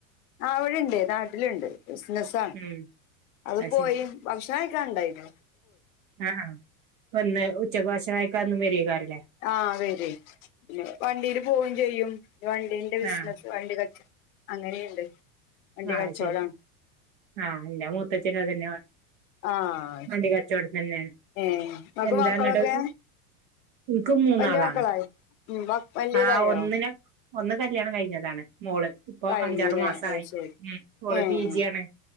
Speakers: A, on the left; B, on the right.
A: ആ ഇവിടെ ഉണ്ട് നാട്ടിലുണ്ട് ബിസിനസ് ആണ്
B: ഉം
A: അവര്
B: അത്
A: പോയി.
B: ശരി
A: ഭക്ഷണം ഉണ്ടായിരുന്നു
B: ആ ഒന്ന് ഉച്ചക്ക് വശമായി കാന്ന് വരിയ കറ <unintelligible>
A: ആ അതാണ് പിന്നെ വണ്ടിയിൽ പോകുകയും ചെയ്യും വണ്ടി കച്ചവടം
B: ആ
A: വണ്ടിയുടെ ബിസിനസ് അങ്ങനെയും ഉണ്ട് വണ്ടി
B: ആ
A: കച്ചവടം
B: അത് ശരി ആ എന്റെ മൂത്തച്ഛനും അതന്നെ
A: ആ അത്
B: വണ്ടി
A: ശരി
B: കച്ചവടം തന്നെയാണ്
A: നിങ്ങൾക്ക്
B: എന്താന്നിട്ട്
A: മക്കളൊക്കെ?
B: എനിക്ക് മൂന്നാളാണ്
A: വലിയ മക്കളായ? ഹും വലിയതായോ
B: ആ ഒന്നിനെ ഒന്ന് കല്യാണം കഴിഞ്ഞതാണ്. മോള് ഇപ്പോൾ
A: കഴിഞ്ഞുല്ലേ
B: അഞ്ചാറുമാസമായി
A: അത് ശരി
B: അവൾ ഇപ്പോൾ
A: ഏഹ്
B: പിജിയാണ്